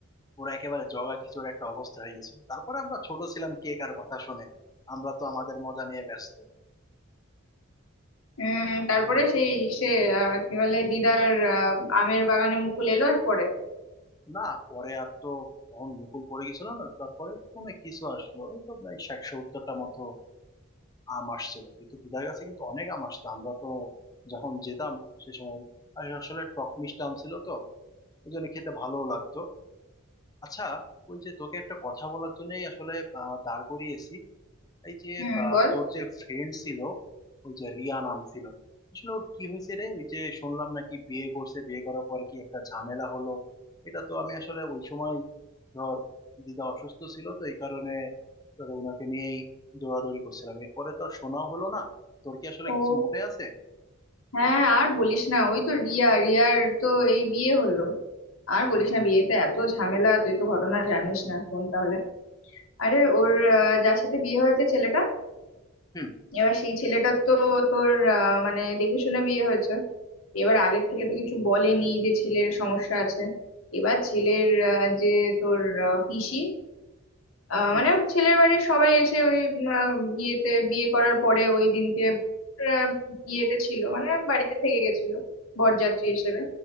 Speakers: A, on the left (about 15°); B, on the left (about 80°).
A: পুরো একেবারে জগা খিচুড়ি একটা অবস্থা হয়ে গেছিল তারপরে আমরা ছোট ছিলাম কে কার কথা শুনে আমরা তো আমাদের মজা নিয়ে ব্যস্ত
B: উম তারপরে সেই সে আহ, কি বলে দিদার আহ, আমের বাগানে মুকুল এলো আর পরে
A: না পরে আর তো তখন মুকুল পড়ে গেছিল না তারপরে মনে কিছু আসলো ওই তো প্রায় ষাট সত্তরটা মতো আম আসছিল কিন্তু দিদার কাছে কিন্তু অনেক আম আসতো আমরা তো যখন যেতাম সে সময় আর আসলে টক মিষ্টি আম ছিল তো ওই জন্য খেতে ভালোও লাগতো আচ্ছা ওই যে তোকে একটা কথা বলার জন্যই আসলে আহ, দাঁড় করিয়েছি এই যে
B: হুম
A: আহ,
B: বল
A: তোর যে ফ্রেন্ড ছিল ওই যে রিয়া নাম ছিল আসলে ওর কি হয়েছে রে ওই যে শুনলাম নাকি বিয়ে করছে বিয়ে করার পরে কি একটা ঝামেলা হলো এটা তো আমি আসলে ওই সময় ধর দিদা অসুস্থ ছিল তো এই কারণে ধর ওনাকে নিয়েই দৌড়াদৌড়ি করছিলাম এরপরে তো আর শোনাও হলো না তোর কি আসলে
B: ও
A: কিছু মনে আছে
B: হ্যাঁ আর বলিস না ওই তো রিয়া রিয়ার তো এই বিয়ে হলো আর বলিস না বিয়েতে এত ঝামেলা তুই তো ঘটনা জানিস না শোন তাহলে আরে ওর আহ, যার সাথে বিয়ে হয়েছে ছেলেটা
A: হুম
B: এবার সেই ছেলেটার তো তোর আহ, মানে দেখে শুনে বিয়ে হয়েছে এবার আগের থেকে তো কিছু বলেনি যে ছেলের সমস্যা আছে এবার ছেলের আহ, যে তোর আহ, পিসি আহ
A: হুম
B: মানে ছেলের বাড়ির সবাই এসে ওই উম, আহ, ইয়েতে বিয়ে করার পরে ওই দিনকে আহ, ইয়েতে ছিল মানে বাড়িতে থেকে গেছিল বরযাত্রী হিসেবে